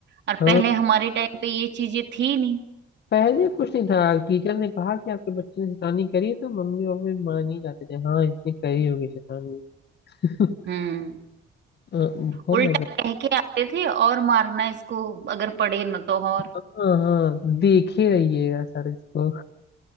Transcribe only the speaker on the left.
हाँ
पहले कुछ नहीं था टीचर ने कहा कि आपके बच्चे ने शैतानी करी है, तो मम्मी पापा मान ही जाते थे हाँ इसने करी होगी शैतानी <laughs>
अ, बहुत
ज्यादा
हाँ हाँ देखे रहिएगा सर इसको